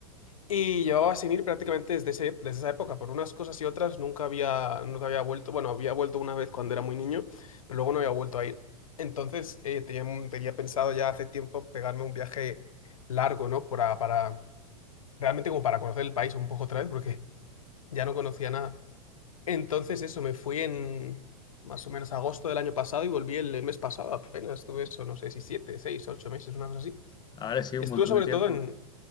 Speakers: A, on the left (about 75°); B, on the left (about 25°).
A: Y llevaba sin ir prácticamente desde ese- desde esa época. Por unas cosas y otras nunca había, nunca había vuelto. Bueno, había vuelto una vez cuando era muy niño, pero luego no había vuelto a ir. Entonces, eh, tenía, un- tenía pensado ya hace tiempo pegarme un viaje largo, ¿no? Para, para, realmente como para conocer el país un poco otra vez, porque ya no conocía nada. Entonces eso, me fui en más o menos agosto del año pasado y volví el mes pasado apenas. Estuve eso, no sé si siete, seis, ocho meses, una cosa así.
B: Ahora sí, un
A: Estuve
B: montón
A: sobre
B: de tiempo.
A: todo en...